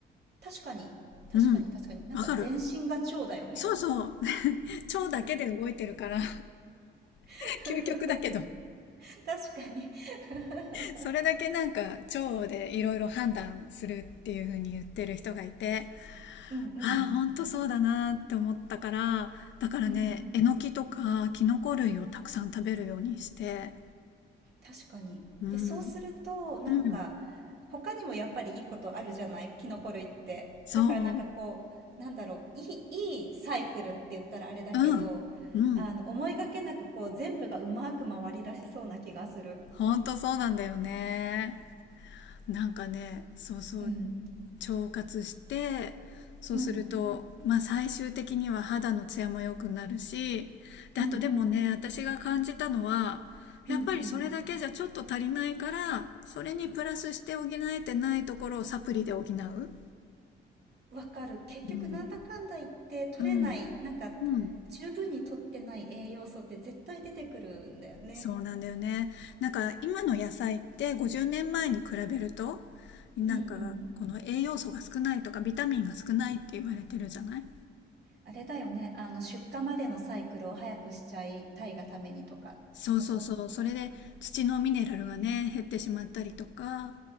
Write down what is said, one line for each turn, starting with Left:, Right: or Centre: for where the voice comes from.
Right: 確かに。確かに確かに。
Left: うん、
Right: なんか全身が蝶だよね。
Left: わかるそうそう <laughs> 腸だけで動いてるから
Right: <laughs>
Left: <laughs> 究極だけど
Right: 確かに。<laughs>
Left: それだけなんか腸でいろいろ判断するっていう風に言ってる人がいて
Right: うんうん。
Left: ああ、ほんとそうだなって思ったから、だからね、
Right: うん。
Left: えのきとかキノコ類をたくさん食べるようにして、
Right: 確かに。
Left: うん、
Right: で、そうすると、なんか、
Left: うん、
Right: 他にもやっぱりいいことあるじゃないキノコ類って。
Left: そう、
Right: だからなんかこう、なんだろう、いい、いいサイクルって言ったらあれだけど、
Left: うん、うん、
Right: あの、思いがけなくこう、全部がうまく回り出しそうな気がする。
Left: ほんとそうなんだよね。なんかね、そうそう、
Right: うん。
Left: 腸活してそうすると、
Right: うん。
Left: まあ、最終的には肌のツヤも良くなるしであとでもね私が感じたのはやっぱりそれだけじゃちょっと足りないからそれにプラスして補えてないところをサプリで補う。
Right: うんうんうん。うんうん。わかる。結局なんだかんだ言って取れない、
Left: うんうん
Right: なんか
Left: うん
Right: 十分に取ってない栄養素って絶対出てくるんだよね。
Left: そうなんだよね。なんか今の野菜って50年前に比べるとなんかこの栄養素が少ないとかビタミンが少ないって言われてるじゃない
Right: うんうん。あれだよね。あの出荷までのサイクルを早くしちゃいたいがためにとか、
Left: そうそうそう。
Right: きっとそうだね。
Left: それで土のミネラルがね、減ってしまったりとか、